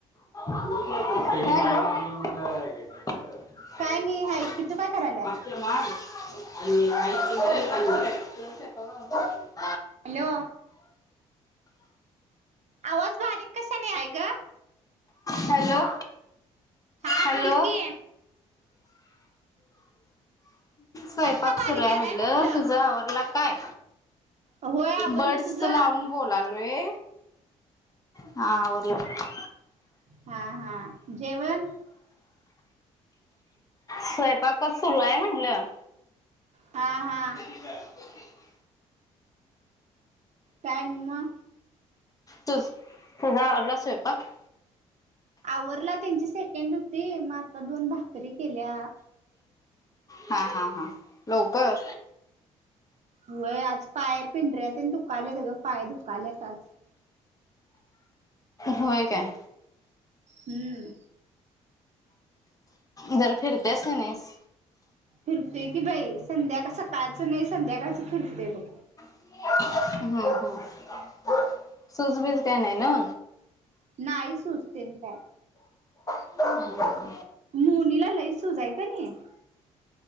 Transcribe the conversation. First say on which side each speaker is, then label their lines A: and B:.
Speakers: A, on the left; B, on the right.
A: <inaudible> <inaudible>
B: काय नाही हाय की तू काय करायल्यास
A: <inaudible>
B: हॅलो आवाज बारीक कशान <unintelligible> ग
A: हॅलो
B: हा
A: हॅलो
B: बोल की आवाज
A: स्वयंपाक
B: का बारीक
A: सुरू आहे
B: यालाय
A: म्हणलं
B: म्हंटलं
A: तुझ आवरल काय
B: होय आवरलं
A: बर्डस
B: तुझं
A: लावून बोलालोय हा आवरलं
B: हा हा जेवण.
A: स्वयंपाकच सुरू आहे म्हंटलं
B: हा हा
A: <inaudible>
B: काय आणि म
A: तुझ तुझा आवरला स्वयपाक
B: आवरला त्यांची सेकंड होती म आता दोन भाकरी केल्या.
A: हा हा हा लवकर
B: व्हय आज पाय पिंढऱ्या तेन दुखाल्यात ग पाय दुखालेत आज
A: होय काय
B: हम्म
A: जरा फिरत्यास का नाईस.
B: फिरतोय की बाई संध्याकाळ सकाळचं नाही संध्याकाळच फिरतोय बघ.
A: हम्म हम्म सूज बीज काही नाही ना
B: नाही सूज तेन काय
A: <inaudible>
B: मोनी ला लई सूज हाय कणी